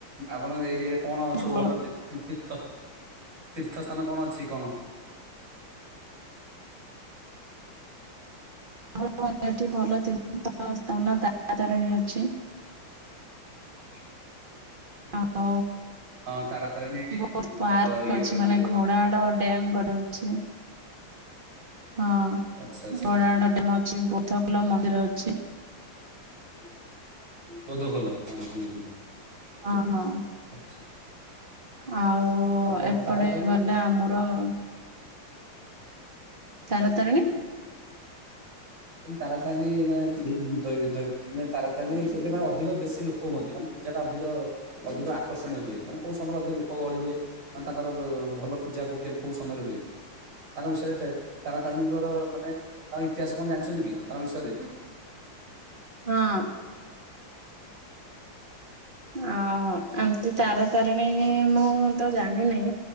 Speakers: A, on the right; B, on the right.
A: ଆପଣ ଏରିଆ ରେ କଣ ସବୁ
B: ଭଲ
A: ଭଲରେ <unintelligible> ତୀ ତୀର୍ଥ ତୀର୍ଥ ସ୍ଥାନ କଣ ଅଛି କଣ?
B: ଆ <unintelligible> ଏଠି ଭଲ <unintelligible> ତିନି ସ୍ଥାନ ତାରାତାରିଣୀ ଅଛି।
A: <inaudible> ଆଚ୍ଛା!
B: ଆଉ
A: ହଁ ତାରା ତାରିଣ ହବ
B: ବହୁତ ପାର୍କ
A: <unintelligible> ଇଗୋଟେ
B: ଅଛି ମାନେ
A: ଭଲ ମନ୍ଦିର।
B: ଘୋଡାହାଡ ଡ୍ୟାମ ଗଡ଼ ଅଛି। ହଁ
A: ଆଚ୍ଛା ଆଚ୍ଛା
B: ବରାଆଡ
A: ଆଉ
B: <unintelligible> ଡାମ ଅଛି ବୁଦ୍ଧ କଲ ମନ୍ଦିର ଅଛି। ହ <inaudible>
A: ବଧ ଖୋଲ <unintelligible> ହୁଁ!
B: ହଁ ହଁ
A: ହୁଁ! ଆଚ୍ଛା।
B: ଆଉ ଉ
A: ଆଉ କଣ
B: ଏପଟେ
A: ତାରାତାରିଣୀ
B: ଗଲେ ଆମରର ତାରା ତାରଣୀ
A: ମୁଁ କହିଲି ତାରାତାରଣୀ ମାନେ <unintelligible> ତାରାତାରଣୀ ସେ ମାନେ ଅଧିକ ବେଶୀ ଲୋକ ହୁଅନ୍ତି ମାନେ ପୂଜା ଟା ଅଧିକ <unintelligible> ଅଧିକ ଆକର୍ଷଣୀୟ ହୁଏ ମାନେ କୋଉ ସମୟରେ ଅଧିକ ଲୋକ ଗହଳି ହୁଏ ମାନେ ତାଙ୍କର ଭଲ ପୂଜା କେବେ କୋଉ ସମୟରେ ହୁଏ? ତାଙ୍କ ବିଷୟରେ ଏ ତାରା ତାରଣୀଙ୍କର ମାନେ ତାଙ୍କ ଇତିହାସ କଣ ଜାଣିଛନ୍ତି କି ତାଙ୍କ ବିଷୟରେ?
B: ହଁ। ଓହୋ। ତାରା ତାରିଣୀ ଏଁ ମୁଁ ତ ଜାଣିନି।